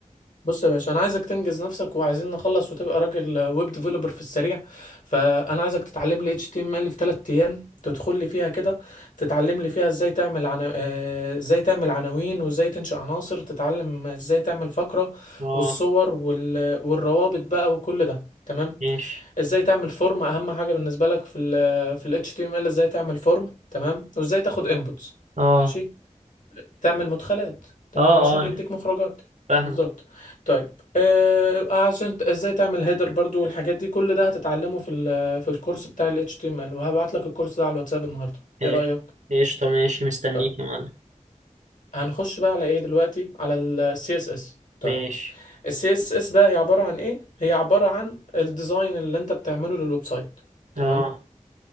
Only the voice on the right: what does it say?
اه
ماشي
اه
اه اه
فاهمة
ماشي
قشطة ماشي مستنيك
يا معلم
ماشي
اه